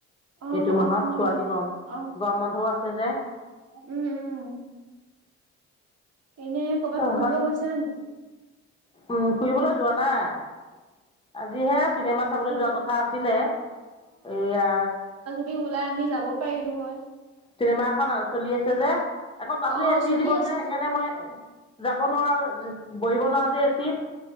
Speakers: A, on the right; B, on the left.
A: অ
B: এইটো মাহত
A: অ
B: ছোৱালীৰ গৰম,
A: অ
B: গৰম বন্ধও আছে যে।
A: উম, উম। এনে ক'ৰবাত
B: সিহঁত
A: ফুৰিব গৈছা নে নাই?
B: উম, ফুৰিবলৈ যোৱা নাই। আজিহে চিনেমা চাবলৈ যোৱাৰ
A: অ
B: কথা আছিলে। এইয়া
A: সি ওলাই আমি যাব পাৰিলোঁ হয়।
B: চিনেমা এখন আ চলি আছে যে, আকৌ তাতো
A: অ
B: এ চি
A: চলি
B: দিব
A: আছে
B: যে, সেইকাৰণে
A: তো
B: মই যাব নোৱাৰো, বহিব নোৱাৰো যে এ চিত